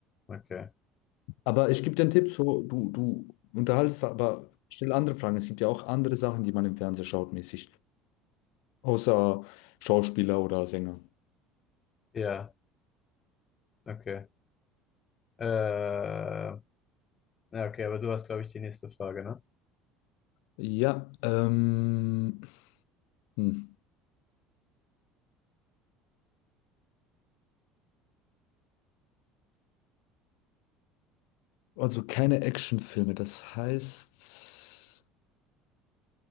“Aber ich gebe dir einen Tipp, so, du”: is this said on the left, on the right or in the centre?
Left